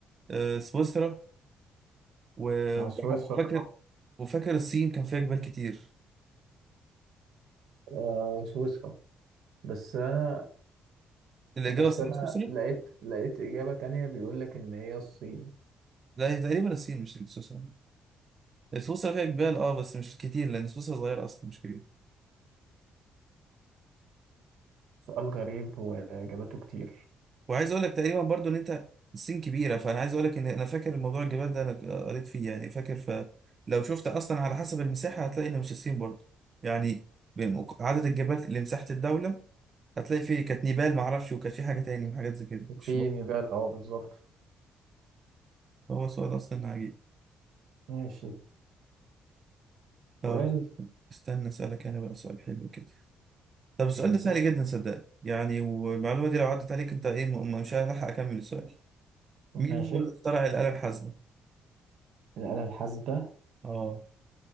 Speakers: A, on the right; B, on the right.
A: آه، سويسرا و- وح-
B: سويسرا
A: وفاكر
B: صح؟
A: وفاكر الصين كان فيها جبال كتير
B: آه، سويسرا بس انا
A: الإجابة
B: بس
A: الصح
B: انا
A: سويسرا؟
B: لقيت لقيت اجابة تانية بيقول لك ان هي الصين
A: لا هي تقريبا الصين مش سويسرا سويسرا فيها جبال اه بس مش كتير لان سويسرا صغيره اصلا مش كبيره
B: سؤال غريب وإجاباته كتير
A: وعايز اقول لك تقريبا برضو ان انت الصين كبيره فانا عايز اقول لك ان انا فاكر موضوع الجبال ده انا قريت فيه يعني فاكر فلو شفت اصلا على حسب المساحه هتلاقي ان مش الصين برضو يعني بمق- عدد الجبال لمساحه الدوله هتلاقي فيه كانت نيبال معرفش وكانت في حاجه تاني وحاجات زي كده مش
B: في
A: برضو.
B: نبال اه بالظبط
A: هو سؤال اصلا عجيب
B: ماشي
A: طب
B: سؤال
A: استنى اسالك انا بقى سؤال حلو كده طب السؤال
B: ماشي
A: ده سهل جدا صدقني يعني والمعلومه دي لو عدت عليك انت ايه م- مش هلحق اكمل السؤال
B: ماشي
A: مين هو اللي اخترع الآلة الحاسبة؟
B: الآلة الحاسبة
A: اه